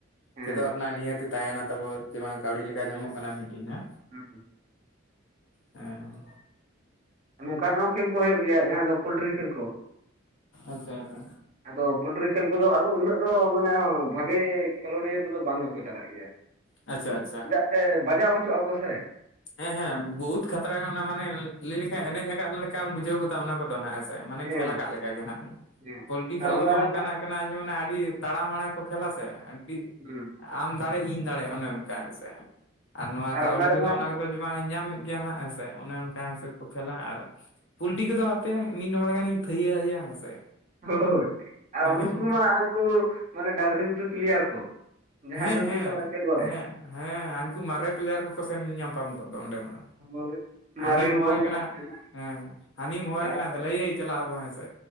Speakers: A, on the right (about 40°); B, on the left (about 65°).
A: ᱦᱮᱸ
B: ᱪᱮᱫᱚᱜ ᱨᱮᱱᱟᱜ ᱱᱤᱦᱟᱹᱛᱤ ᱛᱟᱦᱮᱱᱟ, ᱛᱟᱵᱚ ᱛᱮᱢᱟ ᱠᱟᱹᱣᱰᱤ ᱞᱮᱠᱟ ᱧᱟᱢᱚᱜ ᱠᱟᱱᱟ ᱢᱤᱫᱴᱮᱱ ᱦᱚ,
A: ᱦᱩ,
B: ᱦᱮᱸ,
A: ᱱᱚᱝᱠᱟᱱ ᱦᱚᱸ ᱠᱷᱮᱞ ᱠᱚ ᱦᱩᱭᱩᱜ ᱜᱮᱭᱟ ᱡᱟᱦᱟᱸ ᱫᱚ ᱯᱳᱞᱴᱨᱤ ᱠᱷᱮᱞ ᱠᱚ?
B: ᱟᱪᱪᱷᱟ ᱟᱪᱪᱷᱟ,
A: ᱟᱫᱚ ᱯᱚᱞᱴᱤᱨᱤ ᱠᱷᱮᱞ ᱠᱚᱫᱚ ᱟᱫᱚ ᱩᱱᱟᱹᱜ ᱫᱚ ᱢᱟᱱᱮ ᱵᱷᱟᱜᱮ ᱠᱷᱮᱞᱳᱰᱤᱭᱟᱹ ᱠᱚᱫᱚ ᱵᱟᱝ ᱜᱮᱠᱚ ᱪᱟᱞᱟᱜ ᱜᱮᱭᱟ,
B: ᱟᱪᱪᱷᱟ ᱟᱪᱪᱷᱟ,
A: ᱪᱮᱫᱟᱜ ᱥᱮ ᱵᱟᱡᱟᱣ ᱦᱚᱪᱚᱜ ᱟᱠᱚ ᱥᱮ,
B: ᱦᱮᱸ ᱦᱮᱸ ᱵᱚᱦᱩᱫ ᱠᱷᱛᱨᱟ ᱜᱮ ᱚᱱᱟ ᱢᱟᱱᱮ ᱞᱟᱹᱭ ᱞᱮᱠᱷᱟᱱ ᱮᱱᱮᱡ ᱟᱠᱟᱫ ᱞᱮᱠᱟᱢ ᱵᱩᱡᱷᱟᱹᱣ ᱜᱚᱫᱟ ᱚᱱᱟ ᱠᱚᱫᱚ ᱱᱟᱜ ᱦᱮᱥᱮ, ᱢᱟᱱᱮ
A: ᱦᱮᱸ
B: ᱠᱷᱮᱞ ᱟᱠᱟᱫ ᱞᱮᱠᱟᱜ ᱜᱮ ᱱᱟᱦᱱᱟᱜ,
A: ᱦᱮᱸ
B: ᱯᱳᱞᱴᱤ ᱠᱷᱮᱞ
A: ᱟᱨ ᱚᱱᱟ
B: ᱠᱚᱫᱚ
A: ᱨᱮᱢᱟ
B: ᱚᱱᱠᱟᱱᱟᱜ ᱠᱟᱱᱟ ᱡᱮ ᱢᱟᱱᱮ ᱟᱹᱰᱤ ᱛᱟᱲᱟᱢ ᱢᱟᱬᱟ ᱠᱚ ᱠᱷᱮᱞᱟ ᱥᱮ ᱟᱹᱰᱤᱼᱼ
A: <unintelligible>
B: ᱟᱢ ᱫᱟᱲᱮ ᱤᱧ ᱫᱟᱲᱮ ᱚᱱᱮ ᱚᱱᱠᱟ ᱦᱮᱸᱥᱮ ᱟᱨ ᱱᱚᱣᱟ ᱠᱟᱹᱣᱰᱤ
A: ᱚᱱᱟ
B: ᱠᱚᱫᱚ
A: ᱨᱮᱢᱟ
B: ᱚᱱᱮᱼᱼ <unintelligible> ᱧᱟᱢᱮᱫ ᱜᱮᱭᱟ ᱱᱟᱜ ᱦᱮᱥᱮ ᱚᱱᱮ ᱚᱱᱠᱟ ᱦᱤᱥᱟᱹᱵᱽ ᱠᱚ ᱠᱷᱮᱞᱟ ᱟᱨᱼᱼ ᱯᱚᱞᱴᱤ ᱠᱚᱫᱚ ᱟᱯᱮ ᱢᱤᱫ ᱦᱚᱲ ᱜᱟᱱᱤᱧ ᱛᱷᱟᱹᱭᱟᱹ ᱟᱭᱟ ᱦᱮᱸᱥᱮ᱾
A: ᱦᱳᱻᱭ ᱟᱨ
B: ᱚᱱᱮ
A: ᱩᱱᱠᱩ
B: ᱚᱱᱠᱟ
A: ᱢᱟ ᱦᱟᱱᱠᱩ ᱢᱟᱱᱮ ᱰᱟᱝᱨᱤ ᱜᱩᱯᱤ ᱯᱤᱞᱭᱟᱨ ᱠᱚ᱾ ᱡᱟᱦᱟᱸᱭ
B: ᱦᱮᱸ
A: ᱫᱚ
B: ᱦᱮᱸ
A: ᱛᱤᱥ ᱦᱚᱸ ᱵᱟᱭ ᱠᱷᱮᱞ ᱵᱟᱲᱟᱭᱟ᱾
B: ᱦᱮᱸ ᱦᱮᱸ ᱦᱟᱱᱠᱩ ᱢᱟᱨᱮ ᱯᱤᱞᱭᱟᱨ ᱠᱚᱠᱚ ᱥᱮᱱ ᱧᱟᱯᱟᱢ ᱠᱚᱜ ᱫᱚ ᱚᱸᱰᱮ ᱢᱟ᱾
A: ᱦᱳᱭ ᱢᱟᱨᱮᱱ
B: ᱟᱹᱱᱤᱢ ᱦᱚᱦᱟᱭ
A: ᱠᱚᱦᱚᱸ
B: ᱠᱟᱱᱟ᱾
A: ᱠᱚ ᱛᱟᱦᱮᱱᱟ
B: ᱦᱮᱸ ᱦᱟᱹᱱᱤᱢ ᱦᱚᱭᱟᱭ
A: ᱛᱟᱯᱚᱨᱮ
B: ᱠᱟᱱᱟ ᱫᱮᱞᱟᱭᱟᱹᱭ ᱪᱟᱞᱟᱜ ᱟᱵᱚ ᱦᱮᱸᱥᱮ